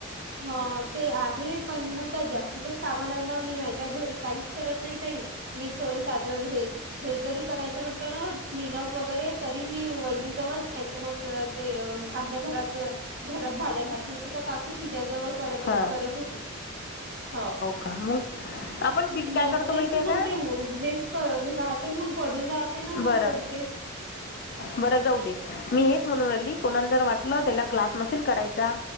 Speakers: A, on the right; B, on the left.
A: ह, ते आहे पण मग, त्या जास्तीच सामान आहे ना मी माहित्याय, घरी काहीच करत नाही ताई. मी च <unintelligible> हे. हे जरी करायचं म्हटलं ना, क्लीन अप वगैरे तरी मी वहिनीजवळ नाही तर मग ते आमच्या घराच, घरात भाड्यानात नव्हती का काकू, तिच्या जवळ करतं
B: हां
A: करत होती. हो.
B: का मग आपण
A: मग
B: किट काय करतो
A: तेच
B: माहिती
A: न
B: आहे का
A: मग, ते हेच <unintelligible> राहते न मग, पडून राहते न,
B: बरं
A: मग तेच.
B: बरं जाऊ दे. मी हेच म्हणून राहिली, कोणाला जर वाटलं त्याला क्लास नसेल कराय चा.